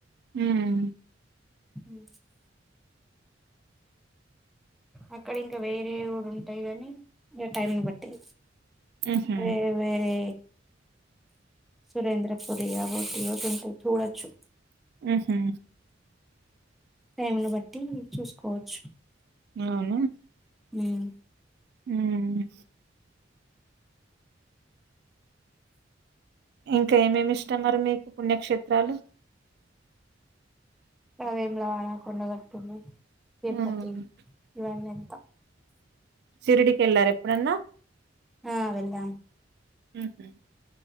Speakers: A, on the right; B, in the centre.
A: హ్మ్
B: హ్మ అక్కడ ఇంకా వేరే కూడా ఉంటాయి కాని ఇంకా టైంని బట్టి
A: హుహు.
B: వేరే వేరే సురేంద్ర పురి అవొటి ఏవోటి ఉంటాయి చూడొచ్చు
A: హ్మ హ్మ
B: టైమ్ను బట్టి చూసుకోవచ్చు
A: అవునా
B: హ్మ
A: హ్మ ఇంకా ఏమేమి ఇష్టం మరి మీకు పుణ్యక్షేత్రాలు
B: వేములవాడ కొండగట్టు ఉంది తిరుపతి
A: ఉమ్
B: ఇవన్నీ అంత
A: షిరిడీ కి ఎల్లారా ఎప్పుడన్నా
B: ఆ వెళ్ళాం
A: హ్మ్ హ్మ